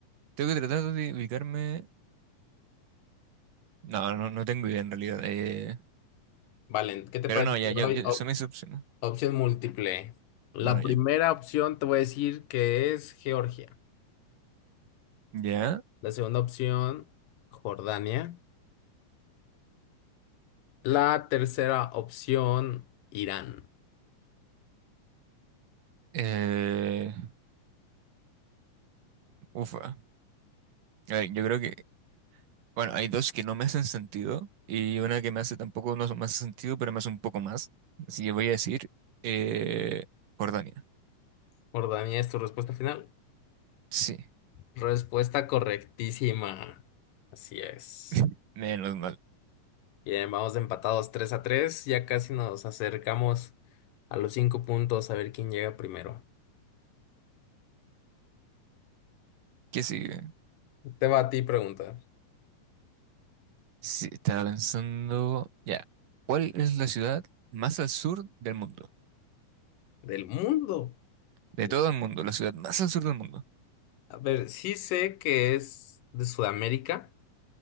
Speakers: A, on the right; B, on the left.
A: Tengo que tratar de ubicarme... No, no, no tengo idea en realidad. eh,
B: Vale, ¿qué te
A: pero
B: parece?
A: no, ya,
B: si Te
A: ya,
B: doy
A: ya, eso
B: op-
A: me decepcionó.
B: opción múltiple. La
A: Bueno, ya.
B: primera opción te voy a decir que es Georgia.
A: Ya.
B: La segunda opción, Jordania. La tercera opción, Irán.
A: Eh, ufa. A ver, yo creo que, bueno, hay dos que no me hacen sentido y una que me hace tampoco, no me hace sentido, pero me hace un poco más. Así que voy a decir eh, Jordania.
B: Jordania es tu respuesta final.
A: Sí,
B: Respuesta correctísima. Así es.
A: <laughs> menos mal.
B: Bien, vamos empatados tres a tres Ya casi nos acercamos a los 5 puntos a ver quién llega primero.
A: ¿Qué sigue?
B: Te va a ti pregunta.
A: Sí, estaba pensando, ya. ¿Cuál es la ciudad más al sur del mundo?
B: ¿Del mundo?
A: De
B: Digo,
A: todo el mundo, la ciudad más al sur del mundo.
B: A ver, sí sé que es de Sudamérica.